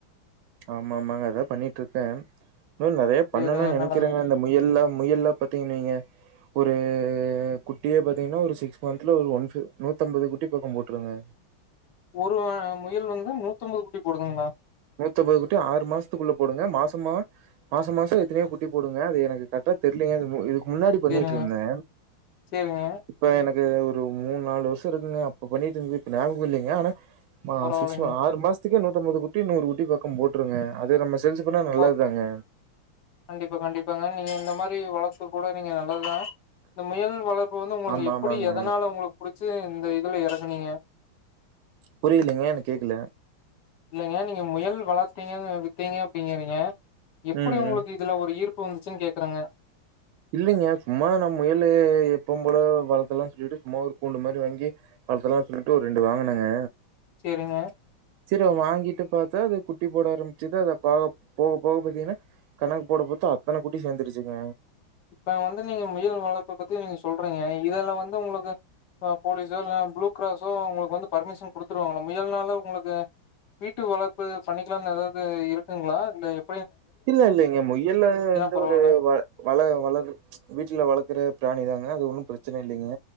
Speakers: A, on the right; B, on the left.
A: ஆமா ஆமாங்க அதா பண்ணிட்ருக்கே இன்னு நெறைய
B: சேரிங்க
A: பண்ணலானு நெனைக்கிறேங்க
B: நல்லது
A: இந்த முயல்லா முயல்லா பாத்தீங்கன்னீங்க ஒரு குட்டியே பாத்தீங்கன்னா ஒரு சிக்ஸ் மந்த்ல ஒரு ஒன் நூத்தம்பது குட்டி பக்க போட்டிருங்க
B: ஒரு முயல் வந்து நூத்தோம்பது குட்டி போடுதுங்களா
A: நூத்தம்பது குட்டி ஆறு மாசத்துக்குள்ள போடுங்க மாசமா மாச மாசம் எத்தனையோ குட்டி போடுங்க அது எனக்கு கரொக்டா தெரியலியோ என்னமோ முன்னாடி பண்ணிட்ருந்தே
B: சேரிங்க சேரிங்க
A: இப்ப எனக் ஒரு மூணு நாலு வருஷம்க்குங்க அப்ப பண்ணிட்டு இருந்தது இப்ப ஞாபக இல்லைங்க ஆனா ஆ
B: பரவாயில்லைங்க
A: சிக்ஸ்மா ஆறு மாச் <unintelligible> நூததம்பது <unintelligible> நூறு ஊட்டி பக்கம் போட்டுருங்க அதே நம்ம சேல்ஸ் பண்ணா நல்லது
B: பா
A: தாங்க.
B: கண்டிப்பா கண்டிப்பாங்க நீங்க இந்த மாதிரி வளபு கூட நீங்க நல்லதுதா இந்த முயல் வளர்ப் வந்து உங்களுக்கு
A: ஆமா
B: எப்டி
A: ஆமாங்க.
B: எதனால உங்களுக்கு பிடிச்சு இந்த இதுல எறங்க சொன்னீங்க
A: புரியலீங்க என கேக்குல
B: இல்லைங்க நீங்க முயல் வளத்தீங்க வித்தீங்கப் டிங்கிறீங்க எப்படி
A: ம்,
B: உங்களுக்கு
A: ம்.
B: இதுல ஒரு ஈ்ர்ப் ப்ப வந்துச்சுன் கேக்குறாங்க
A: இல்லைங்க சும்மா நம் முயலு எப்பவு போல வளத்தலா சொல்லிட்டு சும்மா ஒரு கூண்டு மாரி வாங்கி வளர்த்தலாம்னு சொல்லிட்டு ஒரு ரெண்டு வாங்கனங்க
B: சரிங்க
A: சரி அவ வாங்கிட்டு பாத்தா அது குட்டி போட ஆரம்பிச்சுது அத ப போக போக போக பாத்தீங்கன்னா கணக்கு போட பாத்தா அத்தன குட்டி சேந்துருச்சுங்க
B: இப்போ வந்து நீங்க முயல் வளர்ப்பு பத்தி நீங்க சொல்றீங்க இதல வந்து உங்களுக்கு ப போலீஸோ இல் ப்ளூ கிராஸோ உங்களுக்கு வந்து பர்மிஷன் கொடுத்துருவாங்கள முயல்னால உங்களுக்கு வீட்டு வளர்ப்பு பண்ணிக்கலாம்னு எதாவது இருக்குங்களா இல்லை எ
A: இல்ல இல்ல இங்க முயல்லு வந்து
B: பரவால்ல
A: ஒரு வ வள வள வீட்டுல வளக்குற பிராணி தாங்க அது ஒன்னு பிரச்சனை இல்லைங்க